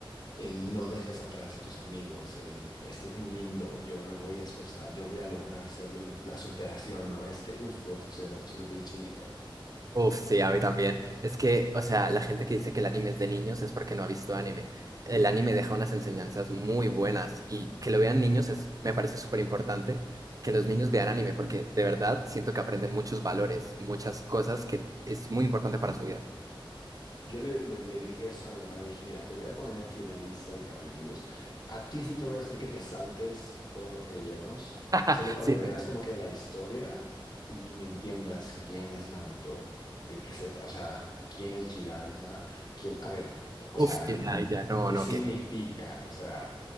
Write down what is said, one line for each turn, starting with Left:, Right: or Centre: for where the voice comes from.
Left: el no dejes atrás a tus amigos, el este es mi mundo, yo me voy a esforzar, yo voy a lograr hacerlo, y la superación, ¿no? Este, uff, uff, se me puso la piel chinita.
Right: Uf, sí, a mí también. Es que, o sea, la gente que dice que el anime es de niños es porque no ha visto anime. El anime deja unas enseñanzas muy buenas y que lo vean niños es, me parece súper importante que los niños vean anime porque de verdad siento que aprenden muchos valores, muchas cosas que es muy importante para su vida.
Left: Yo le, le- le dije eso a mi mamá, le dije, mira, te voy a poner aquí la lista de capítulos. A ti sí te voy a hacer que te saltes todos los rellenos,
Right: <laughs>
Left: solo para
Right: Sí,
Left: que veas como que la historia y, y entiendas quién es Naruto, de qué se, tra- o sea, quién es Jiraiya, quién, a ver, o sea,
Right: uf, ya, ya, no,
Left: qué
Right: no,
Left: significa,
Right: que
Left: o sea.